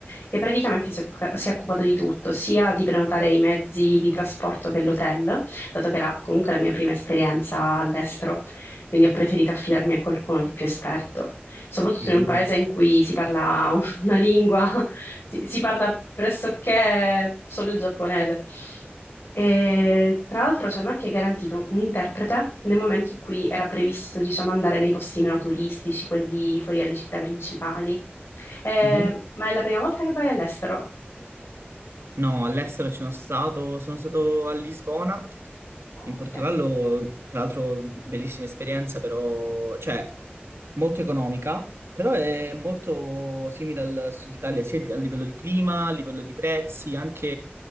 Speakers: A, on the left; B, on the right.
A: che praticamente si, è occ- si è occupato di tutto, sia di prenotare i mezzi di trasporto che l'hotel, dato che era comunque la mia prima esperienza all'estero, quindi ho preferito affidarmi a qualcuno di più esperto, soprattutto
B: Sì.
A: in un paese in cui si parla <laughs> una lingua, si si parla pressoché solo il giapponese. E tra l'altro ci hanno anche garantito un interprete nel momento in cui era previsto, diciamo, andare nei posti meno turistici, quelli fuori dalle città principali. Eh,
B: Mhm.
A: ma è la prima volta che vai all'estero?
B: No, all'estero ci sono stato, sono stato a Lisbona, in
A: Ok.
B: Portogallo, tra l'altro bellissima esperienza, però, cioè, molto economica, però è molto simile al sud Italia, sia di- a livello di clima, a livello di prezzi, anche